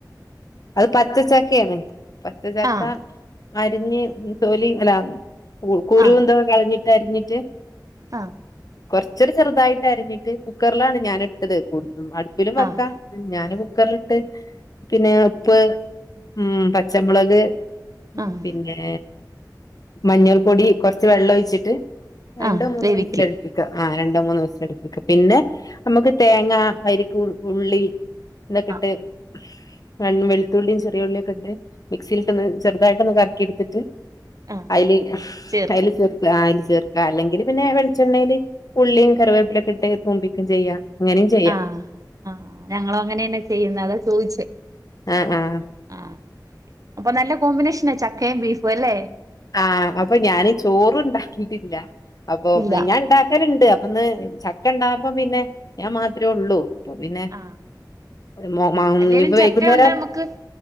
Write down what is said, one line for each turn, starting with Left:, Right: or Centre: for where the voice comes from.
Left: അത് പച്ച ചക്കയാണ് പച്ച ചക്ക
Right: ആഹ്
Left: അരിഞ്ഞ് തോലി അല്ല കുരുന്തൊക്കെ
Right: ആഹ്
Left: കളഞ്ഞിട്ട് അരിഞ്ഞിട്ട്
Right: ആഹ്
Left: കുറച്ചൊരു ചെറുതായിട്ടരിഞ്ഞിട്ട് കുക്കറിലാണ് ഞാനിട്ടത് <unintelligible> അടുപ്പിലും വെക്കാം
Right: ആഹ്
Left: ഞാന്ങ്ങ് കുക്കറിലിട്ട് പിന്നെ ഉപ്പ് ഉം പച്ചമുളക്
Right: ആഹ്
Left: പിന്നേ മഞ്ഞൾ പൊടി കുറച്ച് വെള്ളം ഒഴിച്ചിട്ട് രണ്ടോ
Right: ആഹ്
Left: മൂന്നോ
Right: വേവിക്കും
Left: വിസിലടിപ്പിക്ക ആ ര രണ്ടോ മൂന്നൊ വിസിലടുപ്പിക്ക പിന്നെ നമുക്ക് തേങ്ങ, പരിപ്പ്, ഉള്ളി ഇതോക്കെയിട്ട്
Right: ആഹ്
Left: <unintelligible> വെളുത്തുള്ളിയും ചെറിയുള്ളിയൊക്കെ ഇട്ട് മിക്സിയിലിട്ട് ഒന്ന് ചെറുതായിട്ടൊന്നു കറക്കിയെടുത്തിട്ട്
Right: ആഹ്
Left: അയില്
Right: ചേർക്കും
Left: അയില് <unintelligible> ചേർക്ക അല്ലെങ്കില് പിന്നെ വെളിച്ചെണ്ണയില് ഉള്ളിയും കറിവേപ്പിലൊക്കെ ഇട്ട് തുംമ്പിക്കം ചെയ്യാം അങ്ങനെയും ചെയ്യാം
Right: ആഹ് ആ ഞങ്ങളും അങ്ങനെന്നെ ചെയ്യുന്ന അതാ ചോദിച്ചേ
Left: ആഹ് ആഹ്
Right: ആഹ് അപ്പൊ നല്ല കോമ്പിനേഷനാ ചക്കയും ബീഫും അല്ലെ
Left: ആഹ് അപ്പൊ ഞാന് ചോറും ഉണ്ടാക്കിട്ടില്ല അപ്പൊ
Right: ഇല്ല
Left: ഞാൻ ഉണ്ടാക്കലുണ്ട്. അന്ന് ചക്ക ഉണ്ടായപ്പോ പിന്നെ ഞാൻ മാത്രേ ഉള്ളൂ അപ്പൊ പിന്നെ
Right: ആഹ്
Left: മ മോ
Right: അല്ലേലും
Left: ഇനിപ്പ
Right: ചക്ക
Left: വൈകുന്നേരം
Right: ഉണ്ടേ നമുക്ക്